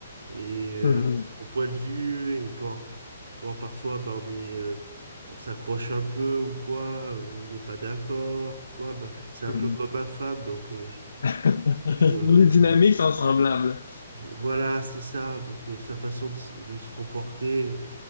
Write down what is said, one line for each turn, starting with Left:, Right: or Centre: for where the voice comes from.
Right: et euh,
Left: mhm, mhm,
Right: son point de vue, et quand, quand parfois ben, on est, euh, on s'accroche un peu ou quoi, euh, ou on n'est pas d'accord ou quoi, ben, c'est un
Left: mhm,
Right: peu
Left: mhm.
Right: comme ma femme, donc euh,
Left: <laughs>
Right: je, je,
Left: Les dynamiques
Right: je-
Left: sont semblables.
Right: voilà, c'est ça, donc euh, sa façon de, s- de se comporter.